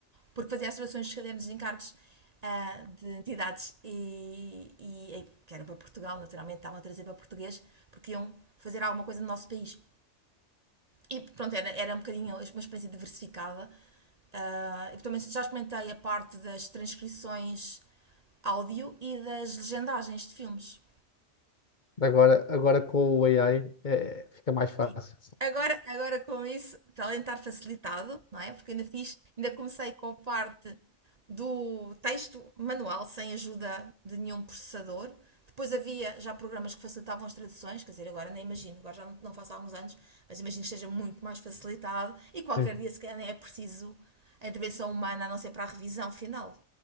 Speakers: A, on the right; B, on the left.
A: porque fazia as traduções dos cadernos de encargos ah, de entidades e, e, e que era para Portugal, naturalmente, estavam a trazer para português, porque iam fazer alguma coisa no nosso país. E pronto, era, era um bocadinho uma experiência diversificada. Ah, e também já experimentei a parte das transcrições áudio e das legendagens de filmes.
B: Agora, agora com o AI é, fica mais fácil.
A: Sim. Agora, agora com isso, talentar facilitado, não é? Porque ainda fiz, ainda comecei com a parte do texto manual, sem ajuda de nenhum processador. Depois havia já programas que facilitavam as traduções, quer dizer, agora nem imagino, agora já não, não faço há alguns anos, mas imagino que esteja muito mais facilitado e qualquer
B: Sim.
A: dia se calhar nem é preciso a intervenção humana, a não ser para a revisão final.